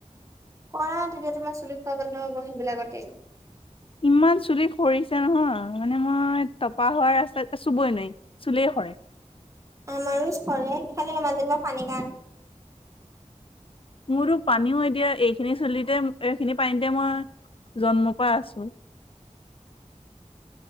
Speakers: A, on the right; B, on the left.
A: কৰা তেতিয়া তোমাৰ চুলি সৰা বন্ধ হ'ব সেইবিলাকতে।
B: ইমান চুলি সৰিছে নহয় মানে মই টপা হোৱা ৰাস্তাতে চুবই নোৱাৰি। চুলে সৰে।
A: আমাৰো সৰে খালি আমাৰ যেনিবা পানী কাৰণে।
B: মোৰতো পানীও এতিয়া এইখিনি চলিতে এইখিনি পানীতে মই জন্মৰ পৰা আছো।